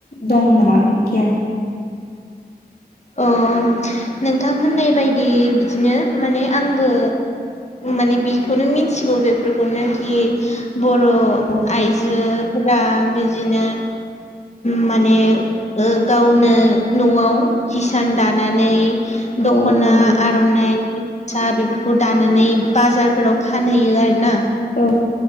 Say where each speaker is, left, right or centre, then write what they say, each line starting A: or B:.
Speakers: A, on the left; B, on the left.
A: दं नामा गियान
B: अ नोंथां होननाय बायदि बिदिनो माने आंबो माने बिखौनो मिथिगौ बेफोरखौनो कि बर'
A: औ
B: आइ जोफोरा बिदिनो माने गावनो न'आव हिसान दानानै दख'ना
A: औ औ
B: आर'नाइ फास्रा बेफोरखौ दानानै बाजारफोराव फानहैयो आरोना
A: औ